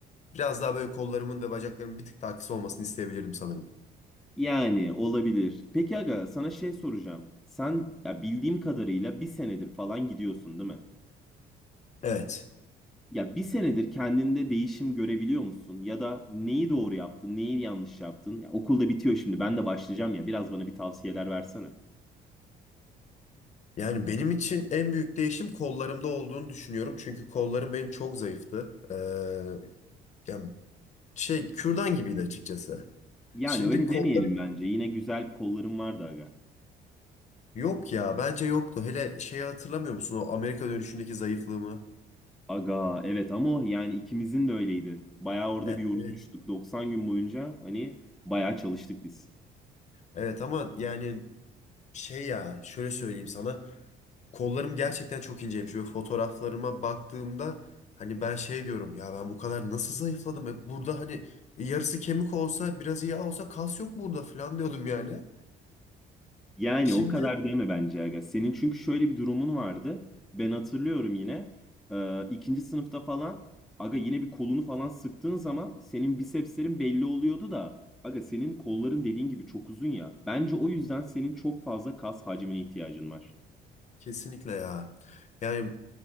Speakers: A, on the left (about 45°); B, in the centre.
A: biraz daha böyle kollarımın ve bacaklarımın bir tık daha kısa olmasını isteyebilirim sanırım.
B: Yani olabilir. Peki aga sana şey soracağım. Sen ya bildiğim kadarıyla bir senedir falan gidiyorsun değil mi?
A: Evet.
B: Ya bir senedir kendinde değişim görebiliyor musun? Ya da neyi doğru yaptın, neyi yanlış yaptın? Ya okul da bitiyor şimdi ben de başlayacağım ya biraz bana bir tavsiyeler versene.
A: Yani benim için en büyük değişim kollarımda olduğunu düşünüyorum. Çünkü kollarım benim çok zayıftı. Ee, yani şey kürdan gibiydi açıkçası.
B: Yani
A: Şimdi
B: öyle
A: kollarım
B: demeyelim bence. Yine güzel bir kollarım vardı aga.
A: yok ya bence yoktu. Hele şeyi hatırlamıyor musun o Amerika dönüşündeki zayıflığımı?
B: Aga evet ama o yani ikimizin de öyleydi. Bayağı orada
A: E,
B: bir yorulmuştuk.
A: evet.
B: 90 gün boyunca hani bayağı çalıştık biz.
A: Evet ama yani şey ya şöyle söyleyeyim sana. Kollarım gerçekten çok inceymiş. Böyle fotoğraflarıma baktığımda hani ben şey diyorum ya ben bu kadar nasıl zayıfladım? E, burada hani yarısı kemik olsa biraz yağ olsa kas yok burada falan diyordum yani.
B: Yani
A: Şimdi
B: o kadar deme bence aga. Senin çünkü şöyle bir durumun vardı. Ben hatırlıyorum yine. Ee, ikinci sınıfta falan aga yine bir kolunu falan sıktığın zaman senin bisepslerin belli oluyordu da aga senin kolların dediğin gibi çok uzun ya. Bence o yüzden senin çok fazla kas hacmine ihtiyacın var.
A: kesinlikle ya. Yani